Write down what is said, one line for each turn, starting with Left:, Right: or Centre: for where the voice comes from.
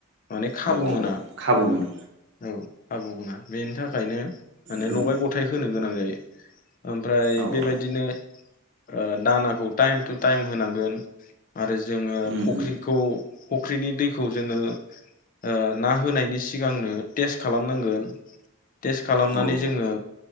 Left: माने खाबु
Right: औ औ
Left: मोनो
Right: खाबु मोनो
Left: औ खाबु मोनो बेनि थाखायनो माने
Right: उम
Left: लगाय गथाय होनो गोनां जायो ओमफ्राय
Right: औ
Left: बेबायदिनो
Right: औ
Left: ओ दानाखौ टाइम टु टाइम होनांगोन आरो जोङो
Right: उम
Left: फुख्रिखौ
Right: उम
Left: फुख्रिनि दैखौ जोङो ओ ना होनायनि सिगांनो टेस्ट खालामनांगोन टेस्ट खालामनानै
Right: औ
Left: जोङो।